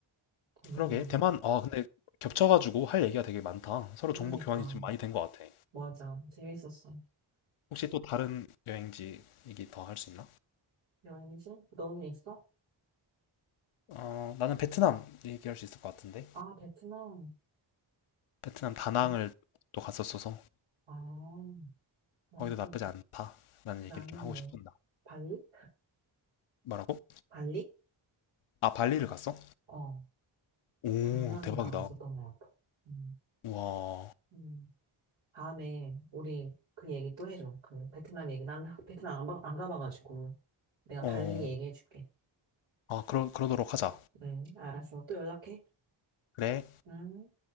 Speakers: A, on the right; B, on the left.
A: 재밌네.
B: 그러게 대만 아 근데 겹쳐가지고 할 얘기가 되게 많다. 서로
A: 그러니까.
B: 정보 교환이 좀 많이 된 것 같아.
A: 맞아. 재밌었어.
B: 혹시 또 다른 여행지 얘기 더 할 수 있나?
A: 여행지? 너는 있어?
B: 어 나는 베트남 얘기할 수 있을 것 같은데
A: 아, 베트남.
B: 베트남 다낭을
A: 네?
B: 또 갔었어서
A: 아, 나
B: 거기도
A: 그,
B: 나쁘지 않다라는
A: 나는
B: 얘기를 좀 하고
A: 네.
B: 싶은다.
A: 발리?
B: 뭐라고?
A: 발리?
B: 아 발리를 갔어?
A: 어,
B: 오
A: 작년인가
B: 대박이다.
A: 갔었던 것 같아. 음,
B: 우와
A: 음. 다음에 우리 그 얘기 또 해줘. 그 베트남 얘기. 난 <laughs> 베트남 안, 봐- 안 가봐가지고 내가 발리
B: 어.
A: 얘기해줄게.
B: 아, 그러 그러도록 하자.
A: 네, 알았어. 또 연락해.
B: 그래.
A: 응.